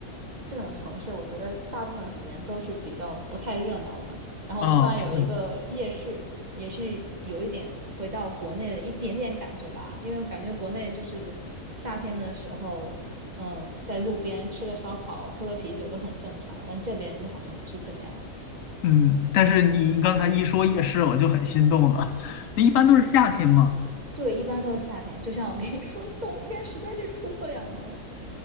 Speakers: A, on the right; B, on the left.
A: 这种城市，我觉得大部分时间都是比较不太热闹的。然后突然有一个夜市，
B: 啊、是的，
A: 也是有一点回到国内的一点点感觉吧，因为我感觉国内就是夏天的时候。嗯，在路边吃个烧烤、喝个啤酒都很正常，但这边就好像不是这个样子。的。
B: 嗯，但是你刚才一说夜市，我就很心动了。那一般都是夏天嘛。
A: 对，一般都是夏天。就像我跟你说，冬天实在是出不了门儿